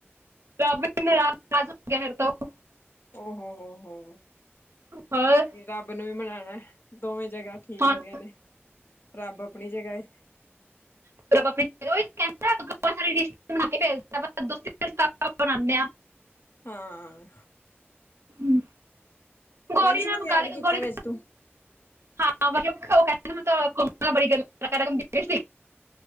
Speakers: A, on the right (about 75°); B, on the left (about 55°).
A: <inaudible>
B: ਓਹ ਹੋ ਹੋ ਹੋ,
A: ਹੋਰ
B: ਕੋਈ ਨੀ ਰੱਬ ਨੂੰ ਵੀ ਮਨਾਉਣਾ। ਦੋਵੇਂ ਜਗ੍ਹਾ ਠੀਕ
A: ਹੁਣ
B: ਹੁੰਦੀਆਂ ਨੇ ਰੱਬ ਆਪਣੀ ਜਗ੍ਹਾ ਏ।
A: <inaudible> ਹਰੀਸ਼ ਨੂੰ ਬਣਾ ਕੇ ਭੇਜ ਦੋ <unintelligible> ਬਣਾਣੇ ਆ।
B: ਹਾਂ।
A: ਹਮ, ਗੌਰੀ
B: ਵੰਸ਼
A: ਨਾਲ
B: ਨੂੰ ਵੀ
A: ਗੱਲ
B: ਐਡ ਕੀਤਾ
A: ਗੌਰੀ
B: ਵਿਚ ਤੂੰ?
A: ਹਾਂ ਮਤਲਬ ਕੋ <unintelligible> ਬੜੀ ਗਰਮੀ ਵਗੈਰਾ ਹੁੰਦੀ ਪ‌ਈ ਸੀ।